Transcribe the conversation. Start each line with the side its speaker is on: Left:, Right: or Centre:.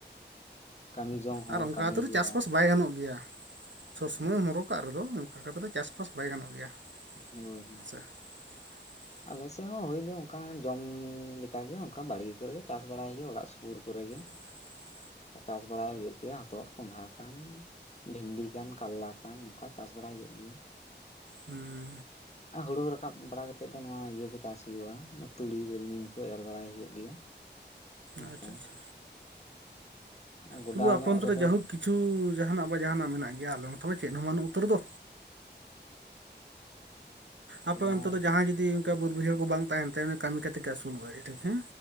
Left: ᱠᱟᱹᱢᱤ ᱡᱚᱝ ᱦᱚᱲ
Right: ᱟᱨ ᱚᱱᱠᱟ
Left: ᱠᱟᱹᱢᱤ
Right: ᱛᱨᱩ
Left: ᱦᱩᱭᱩᱜᱼᱟ
Right: ᱪᱟᱥᱼᱵᱟᱥ ᱵᱟᱭ ᱜᱟᱱᱚᱜ ᱜᱮᱭᱟ᱾ ᱥᱚᱵᱽ
Left: ᱦᱳᱭ
Right: ᱥᱚᱢᱚᱭᱮᱢ ᱦᱚᱨᱚᱜ ᱠᱟᱜ ᱨᱮᱫᱚ ᱚᱱᱠᱟ ᱠᱟᱛᱮᱫ ᱪᱟᱥ ᱵᱟᱥ ᱵᱟᱭ ᱜᱟᱱᱚᱜ ᱜᱮᱭᱟ
Left: ᱦᱳᱭ ᱦᱳᱭ
Right: ᱦᱮᱸᱥᱮ <inaudible>
Left: ᱟᱞᱮ ᱥᱮᱜ ᱦᱚᱸ ᱦᱳᱭ ᱫᱚ ᱚᱱᱠᱟ ᱡᱚᱢ ᱞᱮᱠᱟ ᱜᱮ ᱚᱱᱠᱟ ᱵᱟᱲᱜᱮ ᱠᱚᱨᱮ ᱜᱮ ᱪᱟᱥ ᱵᱟᱲᱟᱭ ᱦᱩᱭᱩᱜᱼᱟ ᱚᱲᱟᱜ ᱥᱩᱯᱩᱨ ᱠᱚᱨᱮ ᱜᱮ
Right: <inaudible>
Left: ᱪᱟᱥ ᱵᱟᱲᱟᱭ ᱦᱩᱭᱩᱜ ᱜᱮᱭᱟ ᱦᱚᱛᱚᱫ ᱠᱚᱸᱰᱷᱟ ᱠᱟᱱ ᱵᱷᱤᱱᱰᱤ ᱠᱟᱱ ᱠᱟᱞᱞᱟ ᱠᱟᱱ ᱮᱠᱷᱟᱱ ᱱᱚᱝᱠᱟ ᱪᱟᱥ ᱵᱟᱲᱟᱭ ᱦᱩᱭᱩᱜ ᱜᱮᱭᱟ
Right: ᱦᱩᱸ
Left: ᱟᱨ ᱦᱩᱲᱩ ᱨᱟᱠᱟᱵ ᱵᱟᱲᱟ ᱠᱟᱛᱮᱫ ᱫᱚ ᱱᱚᱣᱟ ᱤᱭᱟᱹ ᱠᱚ ᱪᱟᱥ ᱦᱩᱭᱩᱜᱼᱟ ᱛᱩᱲᱤ ᱛᱤᱞᱢᱤᱧ ᱠᱚ ᱮᱨ ᱵᱟᱲᱟᱭ ᱦᱩᱭᱩᱜ ᱜᱮᱭᱟ ᱚᱱᱠᱟ
Right: ᱟᱪᱪᱷᱟ ᱟᱪᱪᱷᱟ
Left: ᱟᱨ ᱜᱚᱰᱟ
Right: ᱛᱚᱵᱩ ᱟᱯᱮ
Left: ᱧᱚᱜ
Right: ᱚᱱᱛᱮ
Left: ᱨᱮᱫᱚ
Right: ᱨᱮ ᱡᱟᱭᱦᱳᱠ ᱠᱤᱪᱷᱩ ᱡᱟᱦᱟᱱᱟᱜ ᱵᱟ ᱡᱟᱦᱟᱱᱟᱜ ᱢᱮᱱᱟᱜ ᱜᱮᱭᱟ ᱟᱞᱮ ᱱᱚᱛᱮ ᱢᱟ ᱪᱮᱫ ᱦᱚᱸ ᱵᱟᱹᱱᱩᱜ ᱩᱛᱟᱹᱨ ᱫᱚ ᱟᱯᱮ
Left: ᱚᱱᱟ
Right: ᱚᱱᱛᱮ ᱫᱚ ᱡᱟᱦᱟᱸᱭ ᱡᱩᱫᱤ ᱡᱟᱦᱟᱭ ᱵᱟᱹᱫ ᱵᱟᱹᱭᱦᱟᱹᱲ ᱠᱚ ᱵᱟᱝ ᱛᱟᱦᱮᱱ ᱛᱟᱭ ᱩᱱᱤ ᱠᱟᱹᱢᱤ ᱠᱟᱛᱮᱜ ᱜᱮ ᱟᱹᱥᱩᱞᱚᱜ-ᱟᱭ ᱟᱹᱰᱤ ᱴᱷᱤᱠ ᱜᱮ